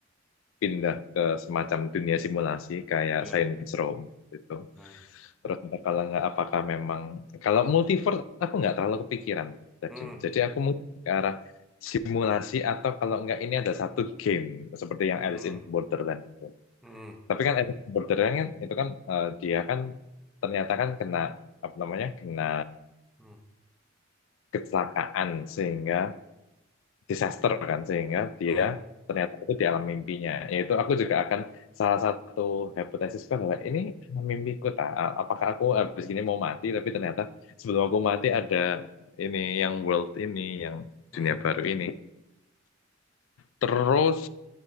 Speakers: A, on the left (about 85°); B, in the centre.
A: pindah ke semacam dunia simulasi kayak
B: ya,
A: Saints Row gitu.
B: ah,
A: Terus ada kalau nggak apakah memang kalau multiverse aku nggak terlalu kepikiran. Jadi
B: hmm,
A: jadi aku mungkin ke arah simulasi atau kalau nggak ini ada satu game seperti yang Alice
B: hmm,
A: in Borderland.
B: hmm,
A: Tapi kan Alice in Borderland kan itu kan eh, dia kan ternyata kan kena apa namanya kena
B: hmm,
A: kecelakaan sehingga disaster kan sehingga dia
B: hmm,
A: ternyata itu di alam mimpinya yaitu aku juga akan salah satu hipotesisku adalah ini alam mimpiku tak A- apakah aku habis gini mau mati tapi ternyata sebelum aku mati ada ini yang world ini yang
B: hmm,
A: dunia baru ini terus